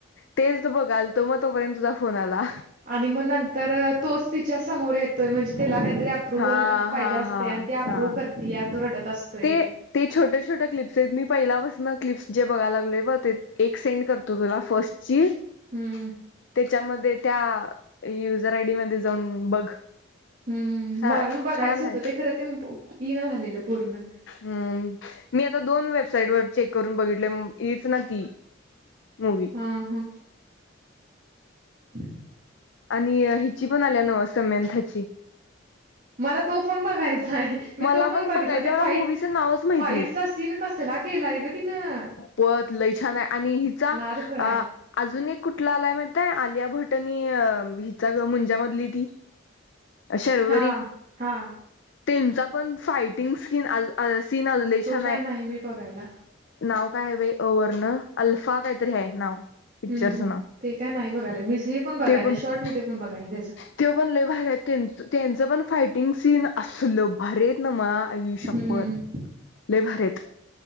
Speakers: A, on the left (about 65°); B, on the right (about 40°).
A: तेच तू बघालतो मंग तोंपर्यंत तुझा फोन आला
B: आणि मंग नंतर तोंच तिच्या समोर येतोय म्हणजे त्याला काय. ते अपूर्वल
A: हा
B: पाहिजे
A: हा
B: असतें
A: हा
B: हाय. ते अपूर्वल
A: हा
B: करतीया तो रडत. असतोय
A: ते छोट्या छोट्या क्लिप्सी मी पहिल्यापासून क्लिप्स जे बघालागलोय ते पा ते एक सेंड करतो तुला फर्स्टची यांच्यामध्ये
B: हम्म
A: त्या युझर आयडी मध्ये जाऊन बघ.
B: हम्म
A: छ
B: मला पणं बघायचं
A: छान
B: होतं
A: आहे
B: ते खरं ते ईना झालेलं पूर्ण
A: हम्म मी आता दोन वेब साईड वर चेक करून बघितल येईच ना ती मूवी
B: हा हमं <inaudible>
A: आणि हिची पणं आल्या नव समेंथाची
B: मला तो फोन बघायचा नाही मी
A: मला
B: तो पणं
A: पण
B: बघितला
A: बघायचं
B: ते
A: मला
B: फाईट
A: मूवीचं नावच माहित
B: फाईटचा
A: नाही
B: सीन कसला केलाय ग तिनं
A: पत लयछान आणि हिचा
B: नाद खुळाय
A: अजून एक कुठला आला आहे. माहित आहे का. काय, आलिया भटनी हिच्या मुंज्यामधली ती शर्वरी
B: हा हा
A: त्यांचा पणं फायटिंग स्किन सीन लेय
B: तो
A: छान
B: काय
A: आहे
B: नाही मी बघायला
A: नाव काय बाई अवर्ण अल्फा कांहीतरी आहे नावं पिक्चरसन
B: हं, हं. ते काय नाही बघायला. मी हे पण बघाय
A: ते पणं
B: नाही. शॉर्ट व्हिडिओ पण बघाय नाही त्याचा.
A: ते पणं लय भारी आहे त्याच त्यांचं पण फायटिंग सीन असलं भारी आहे ना मा आई शप्पथ
B: हं.
A: लय भारी आहेत